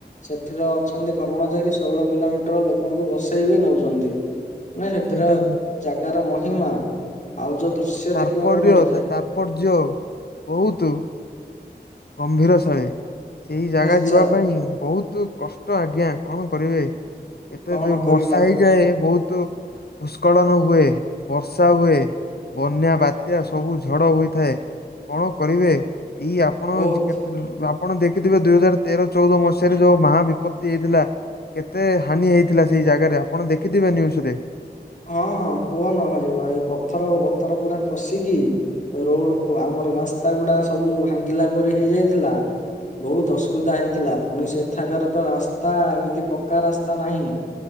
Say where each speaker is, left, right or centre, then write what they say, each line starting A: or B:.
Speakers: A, on the left; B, on the left.
A: ସେଥିର ଅଛନ୍ତି କର୍ମଚାରୀ। ଷୋହଳ କିଲୋମିଟର ଲୋକଙ୍କୁ ବସେଇ ବି ନଉଛନ୍ତି। ମେ ସେଥିର
B: ସେଇଟା
A: ଜାଗାର ମହିମା। ଆଉ ଯୋଉ ଦୃଶ୍ୟ
B: ତର୍ପୟ
A: ଦେଖିବାକୁ ମିଳେ ସେ
B: ତର୍ପଯ୍ୟ ବହୁତ। ଗମ୍ଭୀର ଶୈଳେ। ସେଇ ଜାଗା
A: ନିଶ୍ଚୟ
B: ଯିବା ପାଇଁ ବହୁତ କଷ୍ଟ। ଆଜ୍ଞା କଣ କରିବେ। ଏତେ
A: କଣ
B: ଯଉ
A: କରିବା
B: ବର୍ଷା ହେଇଯାଏ ବହୁତ। ଭୂସ୍କଳନ ହୁଏ, ବର୍ଷା ହୁଏ। ବନ୍ୟା ବାତ୍ୟା ସବୁ ଝଡ଼ ହୋଇଥାଏ କଣ କରିବେ ଏଇ ଆ ଆପଣ
A: ବହୁତ
B: ଆପଣ ଦେଖିଥିବେ ଦୁଇ ହଜାର ତେର ଚଉଦ ମସିହାରେ ଯୋଉ ମହାବିପତ୍ତି ହେଇଥିଲା। କେତେ ହାନି ହେଇଥିଲା ସେଇ ଜାଗାରେ ଆପଣ ଦେଖିଥିବେ ନ୍ୟୁଜରେ।
A: ହଁ କୁହନ ଭାଇ ଭାଇ ପଥର ବତର ପୁରା ଖସିକି ରୋଡ୍ କୁ ଆମର ରାସ୍ତା ଗୁଡା ସବୁ ଭାଙ୍ଗିଲା ପରି ହେଇ ଯାଇଥିଲା। ବହୁତ ଅସୁବିଧା ହେଇଥିଲା ପୁଣି ସେଥାକାର ତ ରାସ୍ତା ଏମିତି ପକ୍କା ରାସ୍ତା ନାହିଁ।